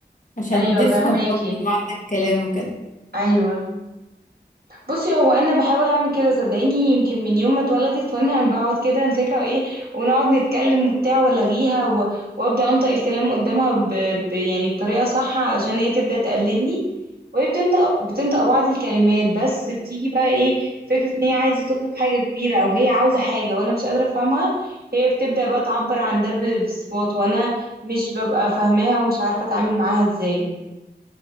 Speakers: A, on the left (about 45°); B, on the right (about 60°).
A: عشان
B: ايوه
A: تفهم
B: فهماكي
A: برضه معنى الكلام وكده
B: ايوه بصي هو انا بحاول اعمل كده صدقيني يمكن من يوم ما اتولدت وانا بقعد كده امسكها وايه ونقعد نتكلم وبتاع والغيها و... وابدا انطق الكلام قدامها ب... ب... يعني بطريقه صح علشان هي تبدا تقلدني وهي بتنطق بتنطق بعض الكلمات بس بتيجي بقى ايه فكره ان هي عايزه تطلب حاجه كبيره او هي عاوزه حاجه وانا مش قادره افهمها هي بتبدا بقى تعبر عن ده ب... بالصوت وانا مش ببقى فاهماها ومش عارفه اتعامل معاها ازاي